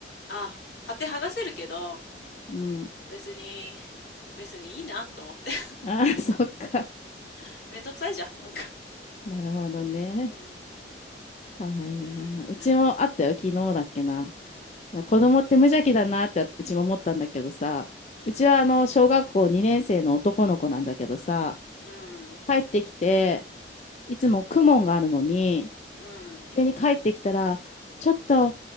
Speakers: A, on the left; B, on the left.
A: ああ、貼って剥がせるけど、
B: うん。
A: 別に、別にいいなと思って。
B: あ、<laughs> そっか。
A: <laughs> めんどくさいじゃん、なんか。
B: なるほどね。
A: うん。
B: かわいいな。
A: えー、
B: うちもあったよ、昨日だっけな。いや子供って無邪気だなってうちも思ったんだけどさ、
A: う
B: うちはあの、小学校2年生の男の子なんだけどさ、
A: ん、
B: 帰ってきて、いつもクモンがあるのに、
A: うん、うん、
B: 急に帰ってきたら、ちょっと、